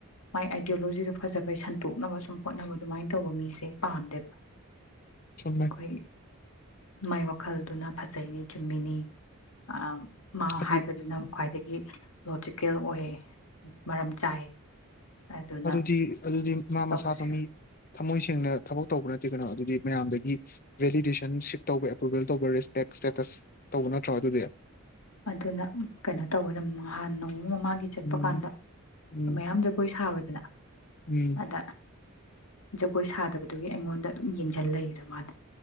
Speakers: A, on the left (about 80°); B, on the left (about 40°).
A: ꯃꯥꯏ ꯑꯥꯏꯗꯤꯌꯣꯂꯣꯖꯤꯗꯣ ꯐꯖꯕꯩ ꯁꯟꯇꯣꯛꯅꯕ ꯁꯨꯝ ꯍꯣꯠꯅꯕ ꯑꯗꯨꯃꯥꯏꯅ ꯇꯧꯕ ꯃꯤꯁꯦ ꯄꯥꯝꯗꯦꯕ
B: ꯆꯨꯃꯦ
A: ꯑꯩꯈꯣꯏ ꯃꯥꯏ ꯋꯥꯈꯜꯗꯨꯅ ꯐꯖꯩꯅꯦ ꯆꯨꯝꯃꯤꯅꯤ ꯑ ꯃꯥ
B: ꯑꯗꯨ
A: ꯍꯥꯏꯕꯗꯨꯅ ꯈ꯭ꯋꯥꯏꯗꯒꯤ ꯂꯣꯖꯤꯀꯦꯜ ꯑꯣꯏꯌꯦ ꯃꯔꯝ ꯆꯥꯏ ꯑꯗꯨꯅ
B: ꯑꯗꯨꯗꯤ ꯑꯗꯨꯗꯤ ꯃꯥ
A: ꯇꯧꯕꯁꯦ
B: ꯃꯁꯥꯗꯣ ꯃꯤ ꯊꯝꯃꯣꯏꯁꯤ ꯊꯦꯡꯅ ꯊꯕꯛ ꯇꯧꯕ ꯅꯠꯇꯦ ꯀꯩꯅꯣ ꯑꯗꯨꯗꯤ ꯃꯌꯥꯝꯗꯒꯤ ꯚꯦꯂꯤꯗꯦꯁꯟ ꯁꯤꯞ ꯇꯧꯕ ꯑꯦꯄ꯭ꯔꯨꯕꯦꯜ ꯇꯧꯕ ꯔꯦꯁꯄꯦꯛ ꯁꯇꯦꯇꯁ ꯇꯧꯕ ꯅꯠꯇ꯭ꯔꯣ ꯑꯗꯨꯗꯤ
A: ꯑꯗꯨꯅ ꯀꯩꯅꯣ ꯇꯧꯕꯗ ꯅꯍꯥꯟ ꯅꯣꯡꯃ ꯃꯃꯥꯡꯒꯤ ꯆꯠꯄ
B: ꯎꯝ
A: ꯀꯥꯟꯗ
B: ꯎꯝ
A: ꯃꯌꯥꯝ ꯖꯒꯣꯏ ꯁꯥꯕꯗ <unintelligible>
B: ꯎꯝ
A: ꯑꯗ ꯖꯒꯣꯏ ꯁꯥꯗꯕꯗꯨꯒꯤ ꯑꯩꯉꯣꯟꯗ ꯑꯗꯨꯝ ꯌꯦꯡꯁꯤꯟ ꯂꯩꯗ ꯃꯥꯅ